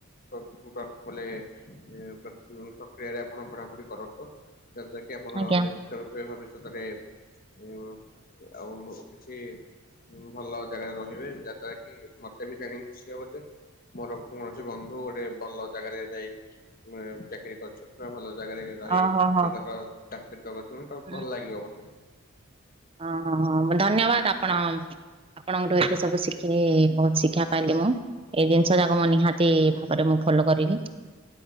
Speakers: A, on the left (about 40°); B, on the right (about 25°).
A: ଫ ବା ବୋଲେ ଏ ପ୍ରକ୍ ପ୍ରକ୍ରିୟାରେ ଆପଣ ପଢ଼ାପଢ଼ି କରନ୍ତୁ। ଯା ଦ୍ୱାରା କି ଆପଣ
B: ଆଜ୍ଞା
A: ନିଶ୍ ତ ରୂପେ ଭବିଷ୍ୟତରେ ଇଉଁ ଆଉ କିଛି ଉଁ ଭଲ ଜାଗାରେ ରହିବେ ଯାହା ଦ୍ଵାରା କି ମତେ ବି ଜାଣିକି ଖୁସି ହବ ଯେ ମୋର କୌଣସି ବନ୍ଧୁ ଗୋଟେ ଭଲ ଜାଗାରେ ଯାଇ ମେଁ ଚାକିରୀ କରିଛନ୍- ଅରେ ଭଲ ଜାଗାରେ ରହି
B: ଓହୋ ହୋ
A: ନିଜର ଚାକିରୀ ତ କରୁଛନ୍ତି ତ
B: ହଁ
A: ଭଲ ଲାଗିବ ମତେ।
B: ହଁ ହଁ ଧନ୍ୟବାଦ ଆପଣ ଆପଣଙ୍କ ଠୁ ଏତେ ସବୁ ଶିଖିଲି ବହୁତ ଶିକ୍ଷା ପାଇଲି ମୁଁ। ଏଇ ଜିନିଷଟାକୁ ମୁଁ ନିହାତି ଭାବରେ ମୁଁ ଫଲୋ କରିବି।